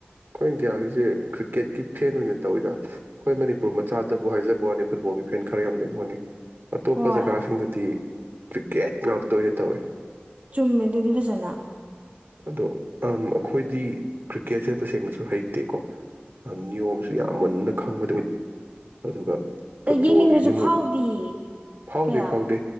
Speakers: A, on the right (about 60°); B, on the right (about 40°).
A: ꯑꯩꯈꯣꯏ ꯏꯟꯗꯤꯌꯥꯒꯤꯁꯦ ꯀ꯭ꯔꯤꯛꯀꯦꯠꯀꯤ ꯐꯦꯟ ꯑꯣꯏꯅ ꯇꯧꯋꯤꯗ ꯑꯩꯈꯣꯏ ꯃꯅꯤꯄꯨꯔ ꯃꯆꯥꯗꯕꯨ ꯍꯥꯏꯖꯕ ꯕꯣꯅꯤ ꯐꯨꯠꯕꯣꯒꯤꯐꯅꯈꯔ ꯌꯥꯝ ꯂꯩꯦꯕꯣꯅꯤ ꯑꯇꯣꯞꯄ
B: ꯍꯣꯏ
A: ꯖꯒꯥꯁꯤꯡꯗꯗꯤ ꯀ꯭ꯔꯤꯀꯦꯠ ꯉꯥꯛꯇ ꯑꯣꯏꯅ ꯇꯧꯏꯤ
B: ꯆꯨꯝꯃꯦ ꯑꯗꯨꯗꯤ ꯐꯖꯅ
A: ꯑꯗꯣ ꯑꯩꯈꯣꯏꯗꯤ ꯀ꯭ꯔꯤꯛꯀꯦꯠꯁꯦ ꯇꯁꯦꯡꯅꯁꯨ ꯍꯩꯇꯦꯀꯣ ꯅꯤꯌꯣꯝꯁꯨ ꯌꯥꯝ ꯃꯟꯅ ꯈꯪꯕꯗꯤ ꯑꯣꯏ ꯑꯗꯨꯒ ꯐꯨꯠꯕꯣꯜꯒꯤꯁꯤ
B: ꯑ ꯌꯦꯡꯅꯤꯡꯕꯁꯨ
A: ꯑꯃꯨꯛ
B: ꯐꯥꯎꯗꯤꯌꯦ
A: ꯐꯥꯎꯗꯦ
B: ꯀꯌꯥ
A: ꯐꯥꯎꯗꯦ